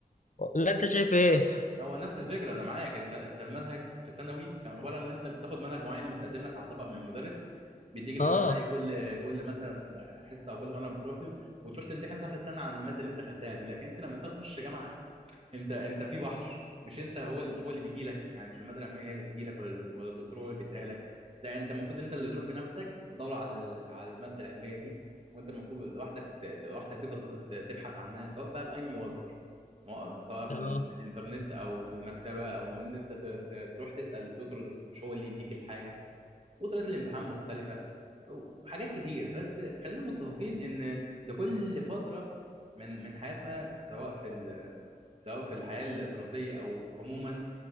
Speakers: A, on the left (about 55°); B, on the right (about 40°).
A: لا انت شايف ايه
B: هو نفس الفكره انا معاك انت انت المنهج في ثانوي كان عباره ان انت بتاخد منهج معين متقدم لك على طبق من المدرس بيديك امتحان
A: اه
B: عليه كل كل مثلا حصه او كل مره بتروح له وتروح تمتحن في اخر السنه عن الماده اللي انت خدتها دي لكن انت لما تخش جامعه انت انت في بحر مش انت هو اللي مش هو اللي بيجي لك يعني مش الماده العلميه هي اللي بتجي لك ولا ولا الدكتور هو اللي بيديها لك لا انت المفروض انت اللي تروح بنفسك تدور على ال- على الماده العلميه دي وانت المفروض لوحدك ت- ت- لوحدك تفضل تد- تبحث عنها سواء بقى بأي مصدر مو- سواء من
A: اه
B: من الانترنت او المكتبه او ان انت ت- ت- تروح تسأل الدكتور مش هو اللي يديك الحاجه وطريقه الامتحان مختلفه وحاجات كتير بس خلينا متفقين ان لكل فتره من من حياتنا سواء في ال- سواء في الحياه الدراسيه او عموما